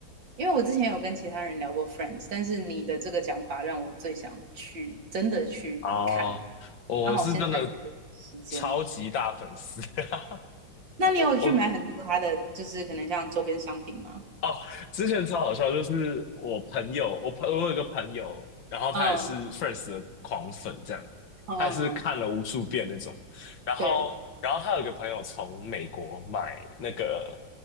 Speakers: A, on the right; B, on the left.
A: 因为我之前有跟其他人聊过 Friends，但是你的这个讲法让我最想去真的去看。
B: 啊，我是真的
A: 刚好现在有时间。
B: 超级大粉丝。<laughs>
A: 那你有去买很多它的，
B: 我我
A: 就是可能像周边商品吗？
B: 哦，之前超好笑，就是我朋友，我朋我有一个朋友，然后他也是
A: 嗯
B: Friends 的狂粉，这样，
A: 嗯嗯，
B: 他也是看了无数遍那种。然后然后他有一个朋友从美国买那个
A: 对，